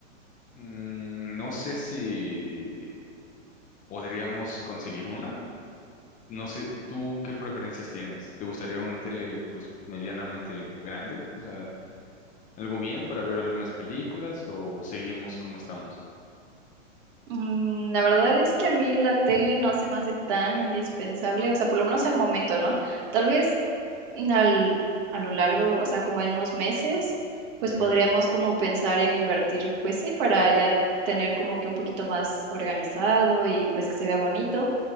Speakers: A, on the left; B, on the right.
A: mm, no sé si podríamos conseguir una, no sé, ¿tú qué preferencias tienes? ¿Te gustaría una tele pues medianamente grande? O sea, algo bien para ver algunas películas o seguimos como estamos?
B: Mm, la verdad es que a mí la tele no se me hace tan indispensable, o sea, por lo menos al momento, ¿no? Tal vez al- a lo largo, o sea, como en unos meses, pues
A: Ujú,
B: podríamos como pensar en invertir, pues sí, para ya tener como que un poquito más organizado y pues que se vea bonito,